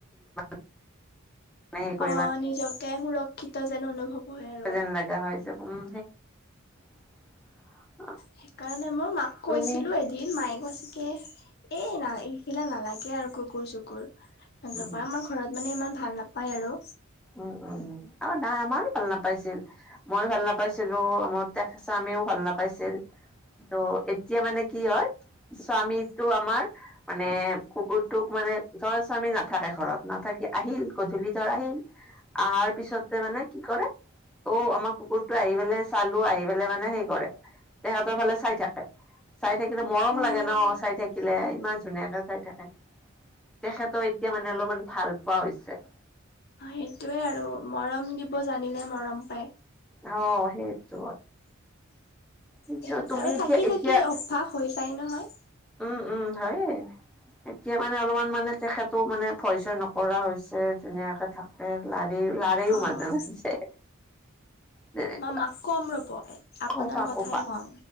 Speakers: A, in the centre; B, on the left.
A: <inaudible> মানে হেৰি কৰিবা
B: অ, নিজকে সুৰক্ষিত যেন অনুভৱ হয় আৰু।
A: যেন লগা হৈছে, উম, <inaudible>
B: সেইকাৰণে মই মাক কৈছিলোঁ
A: তুমি
B: এদিন, মায়ে কৈছে কি এই ন এইখিলা নালাগে আৰু কুকুৰ চুকুৰ এনেক
A: উম
B: ক আমাৰ ঘৰত মানে ইমান ভাল নাপায় আৰু।
A: উম, উম, উম, আৰু দা আমাৰো ভাল নাপাইছিল। মই ভাল নাপাইছিলোঁ আমাৰ তে স্বামিও ভাল নাপাইছিল। ত' এতিয়া মানে কি হয় স্বামীটো আমাৰ মানে কুকুৰটোক মানে ধৰ স্বামী নাথাকে ঘৰত নাথাকি আহিল গধূলি ধৰ আহিল, অহাৰ পিছত মানে কি কৰে, ত'আমাৰ কুকুৰটো আহি পেলাই চালো আহি পেলাই মানে সেই কৰে তেহতৰ ফালে চাই থাকে। চাই থাকিলে মৰম
B: উম।
A: লাগে ন চাই থাকিলে ইমান ধুনীয়াকে চাই থাকে। তেখেতৰ এতিয়া মানে অলপমান ভাল পোৱা হৈছে।
B: সেইটোৱে আৰু মৰম দিব জানিলে মৰম পায়।
A: অ, সেইটো সেইটো
B: সেইয়
A: তুমি
B: আৰু
A: এতিয়া
B: থাকি
A: এতিয়া
B: থাকি অভ্যাস হৈ যায় নহয়।
A: উম, উম, হয়ে। এতিয়া মানে অলপমান মানে তেখেতো মানে ভয় চয় নকৰা হৈছে ধুনীয়াকে থাক লাৰি লাৰিও
B: অ',
A: মাজে মাজে। তেনেকুৱা
B: মই মাক কম ৰূপ আপোনাৰ
A: কপা
B: কথাই
A: কপা
B: কম